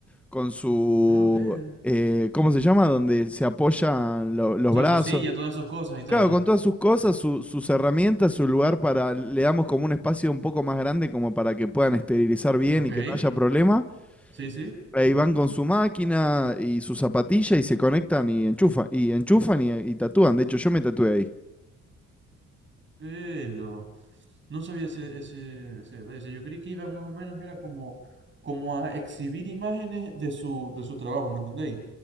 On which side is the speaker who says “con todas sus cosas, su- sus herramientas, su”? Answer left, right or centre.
Centre